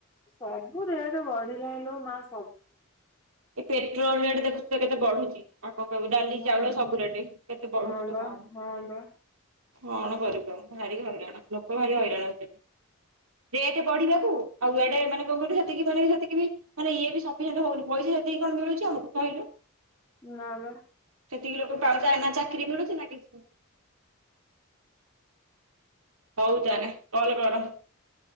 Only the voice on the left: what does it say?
ସବୁ ରେଟ ବଢ଼ିଲାଣିିଲୋ ମାସ
ହଁ
ହଁ
ବା
ହଁ ବା
ନାବା।